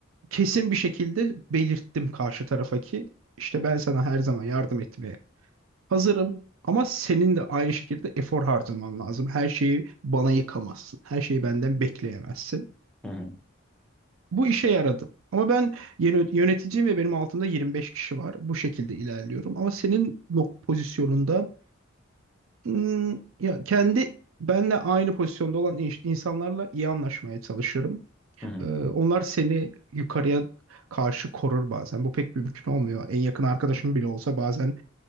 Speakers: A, on the right; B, in the centre.
A: kesin bir şekilde belirttim karşı tarafa ki işte ben sana her zaman yardım etmeye hazırım ama senin de aynı şekilde efor harcaman lazım. Her şeyi bana yıkamazsın. Her şeyi benden bekleyemezsin.
B: Hı hı
A: Bu işe yaradı. Ama ben yeni yöneticiyim ve benim altımda 25 kişi var. Bu şekilde ilerliyorum. Ama senin nok pozisyonunda hmm, ya kendi benle aynı pozisyonda olan in- insanlarla iyi anlaşmaya çalışırım.
B: hı hı.
A: Ee, onlar seni yukarıya karşı korur bazen. Bu pek mümkün olmuyor. En yakın arkadaşım bile olsa bazen